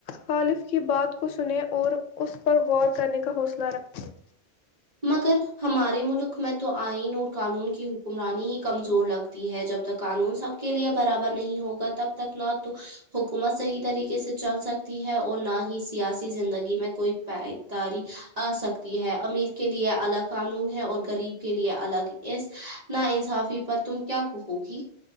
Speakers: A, on the left; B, on the right.
A: خالف کی بات کو سنے اور اس پر غور کرنے کا حوصلہ رکھتے ہو
B: مگر ہمارے ملک میں تو آئین اور قانون کی حکمرانی ہیں کمزور لگتی ہے جب تک قانون سب کے لیے برابر نہیں ہوگا تب تک نہ تو حکم حکومت صحیح طریقے سے چل سکتی ہے اور نہ ہی سیاسی زندگی میں کوئی پایداری آسکتی ہے امیر کے لیے الگ قانون ہے اور غریب کے لیے الگ اس نا انصافی پر تم کیا کہو گی